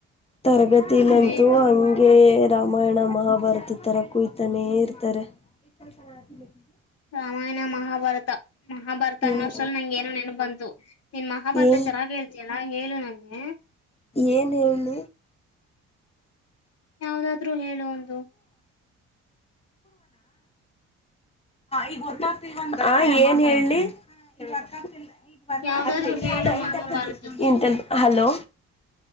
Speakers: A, on the left; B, on the left.
A: ತರಗತಿಲ್ಲಂತೂ
B: ಹ್ಮ್
A: ಹಂಗೆ ರಾಮಾಯಣ ಮಹಾಭಾರತದ ಥರ ಕುಯತಾನೇ ಇರ್ತಾರೆ ಎ ತರಸತಿ ಬೇಕಗೆ
B: ರಾಮಾಯಣ ಮಹಾಭಾರತ ಮಹಾಭಾರತ
A: ಹ್ಮ್
B: ಅನ್ನೋಸಲಲ್ ನಂಗಗೆ ಏನೋ ನೆಪ ಬಂತು ನೀನ್ ಮಹಾಭಾರತ
A: ಏನ್
B: ಚೆನ್ನಾಗ್ ಹೇಳ್ತೀನಿ ಎಲ್ಲಾ ಹೇಳು ನಂಗೆ
A: ಏನ್ ಹೇಳಿ
B: ಯಾವ್ದಾದ್ರರು ಹೇಳು ಒಂದು
A: ಈೊ ಏನ್ ಹೇಳಿ <unintelligible>
B: ಯಾವ್ದಾದ್ರು ಹೇಳು ಮಹಾಭಾರತದ್ದು
A: ಇಂತ ಹಲೋ